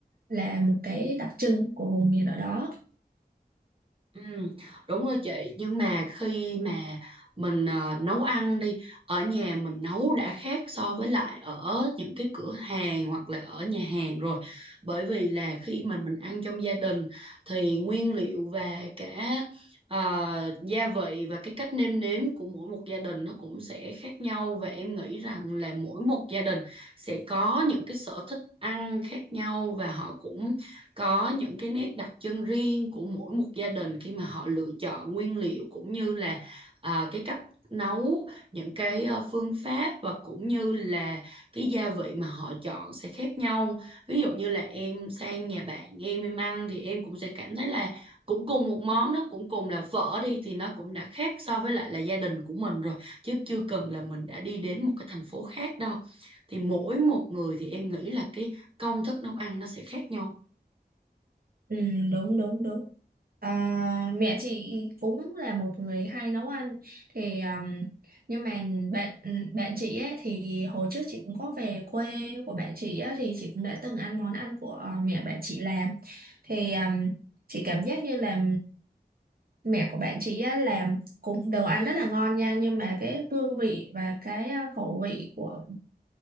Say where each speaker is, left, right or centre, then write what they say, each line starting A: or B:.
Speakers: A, on the right; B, on the right.
A: là một cái đặc trưng của vùng miền ở đó
B: Ừ, đúng rồi chị nhưng mà khi mà mình ờ, nấu ăn đi ở nhà mình nấu đã khác so với lại ở những cái cửa hàng hoặc là ở nhà hàng rồi bởi vì là khi mà mình ăn trong gia đình thì nguyên liệu và cả ờ, gia vị và cái cách nêm nếm của mỗi một gia đình nó cũng sẽ khác nhau và em nghĩ rằng là mỗi một gia đình sẽ có những cái sở thích ăn khác nhau và họ cũng có những cái nét đặc trưng riêng của mỗi một gia đình khi mà họ lựa chọn nguyên liệu cũng như là à, cái cách nấu những cái ờ, phương pháp và cũng như là cái gia vị mà họ chọn sẽ khác nhau ví dụ như là em sang nhà bạn em em ăn thì em cũng sẽ cảm thấy là cũng cùng một món đó cũng cùng là phở đi thì nó cũng đã khác so với lại là gia đình của mình rồi chứ chưa cần là mình đã đi đến một cái thành phố khác đâu thì mỗi một người thì em nghĩ là cái công thức nấu ăn nó sẽ khác nhau
A: Ừ, đúng đúng đúng à, mẹ chị cũng là một người hay nấu ăn thì um, nhưng mà bạn ừ, bạn chị ấy thì hồi trước chị cũng có về quê của bạn chị ấy, thì chị cũng đã từng ăn món ăn của ờ, mẹ bạn chị làm thì um, chị cảm giác như là mẹ của bạn chị ấy làm cũng đồ ăn rất là ngon nha nhưng mà cái hương vị và cái ờ, khẩu vị của